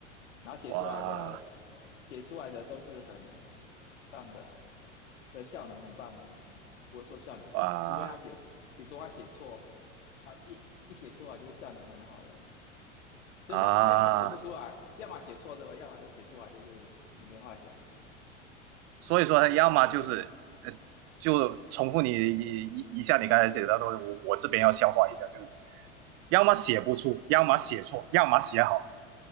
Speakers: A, on the left; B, on the right.
A: 然后写出来的
B: 哇。
A: 写出来的都是很棒的啊，的效能很棒的，不会说效能不好，
B: 啊
A: 除非他写顶多他写错，那一一写出来就是效能很好的，就是他他要么写不出来，
B: 啊，
A: 要么写错对吧？要么就写出来就是你没话讲，
B: 所以说他要么就是呃，就重复你一一一下你刚才写的东西，我我这边要消化一下，就是要么写不出，要么写错，要么写好，